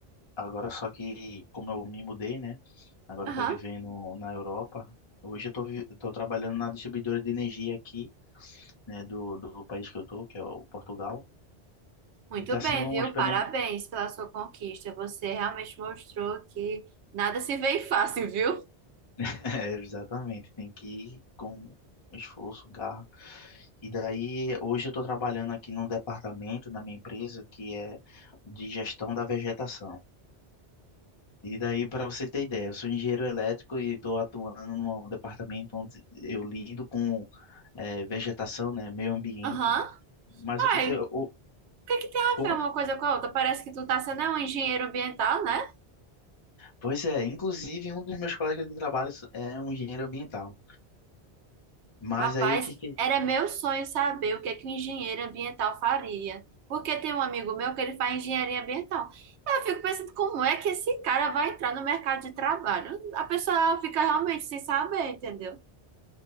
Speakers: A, on the left (about 30°); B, on the right (about 85°).
A: Agora só que, como eu me mudei, né? Agora
B: Aham,
A: eu estou vivendo na Europa. Hoje eu estou vi- tô trabalhando na distribuidora de energia aqui, né? Do, do país que eu estou, que é o Portugal.
B: Muito
A: E está sendo
B: bem, viu?
A: uma experiência...
B: Parabéns pela sua conquista. Você realmente mostrou que nada se vê fácil, viu?
A: <laughs> É, exatamente. Tem que ir com esforço, garra. E daí, hoje eu estou trabalhando aqui num departamento na minha empresa que é de gestão da vegetação. E daí, para você ter ideia, eu sou engenheiro elétrico e estou atuando num departamento onde eu lido com eh, vegetação, né, meio ambiente.
B: Aham.
A: Mas
B: Ai,
A: o que que eu,
B: o
A: o-
B: que que tem a
A: como,
B: ver uma coisa com a outra? Parece que tu tá sendo um engenheiro ambiental, né?
A: pois é, inclusive um dos meus colegas de trabalho é um engenheiro ambiental. Mas
B: Rapaz,
A: daí o que que
B: era meu sonho saber o que é que um engenheiro ambiental faria. Porque tem um amigo meu que ele faz engenharia ambiental. Eu fico pensando como é que esse cara vai entrar no mercado de trabalho. A pessoa fica realmente sem saber, entendeu?